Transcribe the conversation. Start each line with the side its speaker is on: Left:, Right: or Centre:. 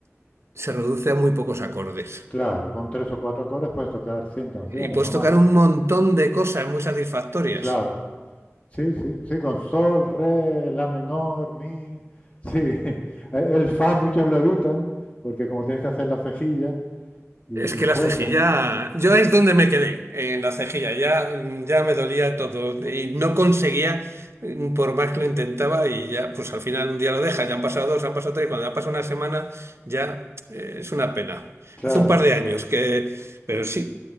Right: se reduce a muy pocos acordes.
Left: Claro, con tres o cuatro acordes puedes tocar 100 canciones
Right: Y puedes
Left: o
Right: tocar
Left: más.
Right: un montón de cosas muy satisfactorias.
Left: Claro. Sí, sí, sí, con sol, re, la menor, mi. Sí, <laughs> el fa muchos lo evitan porque como tienes que hacer la cejilla y,
Right: Es que
Left: y cuesta.
Right: la cejilla, yo es donde me quedé, en la cejilla, ya, ya me dolía todo y no conseguía, por más que lo intentaba y ya, pues al final un día lo deja, ya han pasado dos, han pasado tres, cuando ya pasa una semana, ya eh, es una pena.
Left: Claro.
Right: Hace un par de años que, pero sí,